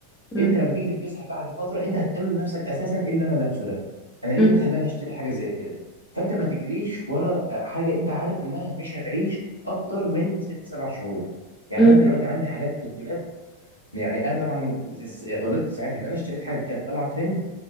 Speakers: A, on the left; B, on the right.
A: مم،
B: انت لما تيجي تلبسها بعد فتره انت هتقول لنفسك اساسا ايه اللي انا لابسه ده انا ليه
A: مم،
B: اللي خلاني اشتري حاجه زي كده فانت ما تجريش ورا آه، حاجه انت عارف انها مش هتعيش اكتر من ست سبع شهور يعني
A: مم،
B: انا دلوقتي عندي حاجات في الدولاب يعني انا طبعا غلطت ساعتها ان انا اشتريت حاجه كانت طالعه ترند